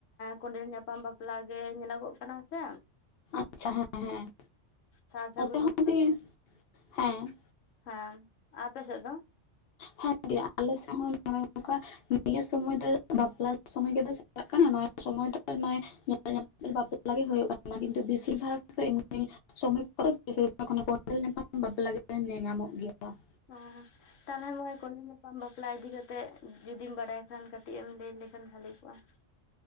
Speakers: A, on the left; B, on the left.
A: ᱠᱚᱸᱰᱮᱞ ᱧᱟᱯᱟᱢ ᱵᱟᱯᱞᱟ ᱜᱮ ᱧᱮᱞᱚᱜᱚᱜ ᱠᱟᱱᱟ ᱥᱮ
B: ᱟᱪᱪᱷᱟ ᱦᱮᱸ ᱦᱮᱸ
A: ᱥᱟᱨ ᱥᱟᱜᱩᱱ
B: ᱱᱚᱛᱮ
A: ᱵᱟᱯᱞᱟ
B: ᱦᱚᱸ ᱫᱤ
A: ᱫᱚ
B: ᱦᱮᱸ ᱦᱮᱸ
A: ᱦᱮᱸ ᱟᱯᱮ ᱥᱮᱫ ᱫᱚ
B: ᱦᱮᱸ ᱫᱤ ᱟᱞᱮ ᱥᱮᱫ ᱦᱚᱸ ᱚᱱ ᱱᱚᱠᱟ ᱱᱤᱭᱟᱹ ᱥᱚᱢᱚᱭ ᱫᱚ ᱵᱟᱯᱞᱟ ᱥᱳᱢᱳᱭ ᱜᱮ ᱛᱚ ᱪᱟᱞᱟᱜ ᱠᱟᱱᱟ ᱱᱚᱣᱟ ᱥᱚᱢᱚᱭ ᱫᱚ ᱱᱚᱜᱚᱭ ᱧᱮᱞ ᱧᱟᱢ ᱵᱟᱯᱞᱟ ᱜᱮ ᱦᱩᱭᱩᱜ ᱠᱟᱱᱟ ᱠᱤᱱᱛᱩ ᱵᱮᱥᱤ ᱵᱷᱟᱜᱽ ᱮᱢᱱᱤ ᱥᱚᱢ ᱠᱚᱨᱮ ᱵᱤᱨᱰᱮᱞ ᱧᱟᱯᱟᱢ ᱵᱟᱯᱞᱟ ᱜᱮ ᱧᱮᱞ ᱧᱟᱢᱚᱜ ᱜᱮᱭᱟ ᱾
A: ᱚ ᱛᱟᱦᱚᱞᱮ ᱠᱚᱱ ᱥᱟᱠᱟᱢ ᱵᱟᱯᱞᱟ ᱤᱫᱤ ᱠᱟᱛᱮᱫ ᱡᱩᱫᱤᱢ ᱵᱟᱰᱟᱭ ᱠᱷᱟᱱ ᱠᱟᱹᱴᱤᱡ ᱮᱢ ᱞᱟᱹᱭ ᱞᱮᱠᱷᱟᱱ ᱵᱷᱟᱜᱮ ᱠᱚᱜᱼᱟ ᱾